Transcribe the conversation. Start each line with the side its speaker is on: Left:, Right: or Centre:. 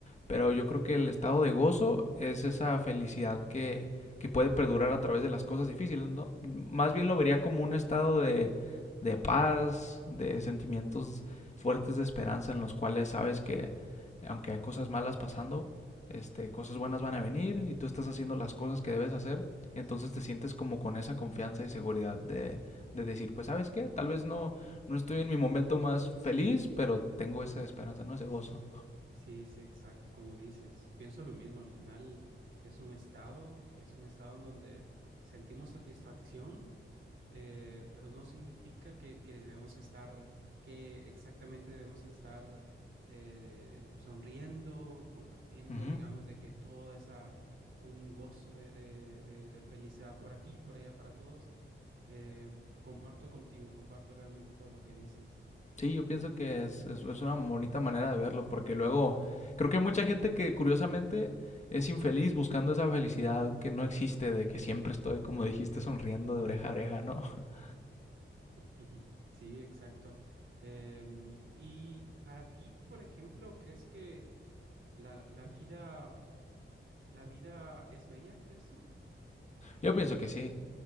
Left: Pero yo creo que el estado de gozo es esa felicidad que, que puede perdurar a través de las cosas difíciles, ¿no? Más bien lo vería como un estado de, de paz, de sentimientos fuertes de esperanza en los cuales sabes que aunque
Right: Claro,
Left: hay cosas malas pasando, este, cosas buenas van a venir y tú estás haciendo las cosas que debes hacer, entonces
Right: sí.
Left: te sientes como con esa confianza y seguridad de, de decir, pues sabes qué, tal vez no, no estoy en mi momento más feliz,
Right: Sí,
Left: pero tengo
Right: <laughs>
Left: esa esperanza, ¿no? Ese gozo.
Right: sí, sí, exacto, como dices, pienso lo mismo, al final es un estado, es un estado en donde sentimos satisfacción, eh, pero no significa que, que debemos estar, que exactamente debemos estar eh, sonriendo, compartiendo,
Left: Ujú.
Right: digamos, de que toda esa, un gozo de, de- de- de felicidad por aquí, por allá, para todos. Eh, comparto contigo, comparto realmente todo lo que dices.
Left: Sí, yo pienso que es, es, es una bonita manera de verlo, porque luego creo que hay mucha gente que curiosamente es infeliz buscando esa felicidad que no existe, de que siempre estoy, como dijiste, sonriendo de oreja a oreja, ¿no? <laughs>
Right: Ujú. <laughs> Sí, exacto. Em, y para ti, por ejemplo, ¿crees que la, la vida, la vida es bella, crees tú?
Left: Yo pienso que sí.